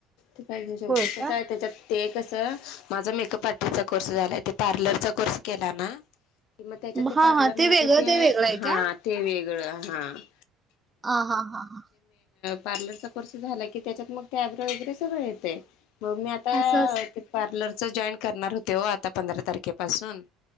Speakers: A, on the left (about 70°); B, on the right (about 20°).
A: ते पाहि श होत
B: होय
A: कसं
B: का
A: आहे त्याच्यात ते कसं माझा मेकअप आर्टिस्टचा कोर्स झालाय ते पार्लरचा कोर्स केला ना किंवा त्याच्या ते
B: हा
A: पार्लरमध्येध्ये
B: हा ते वेगळं वेगळं
A: ते
B: आहे का
A: वेग ह
B: हा हा हा हा
A: प्लर र् झाला की त्याच्यात मग टॅब्र वगरे सगळ येत मग मी आता
B: असं अस
A: पार्लर च जॉईन करणार होते हो आता पंधरा तारखेपासून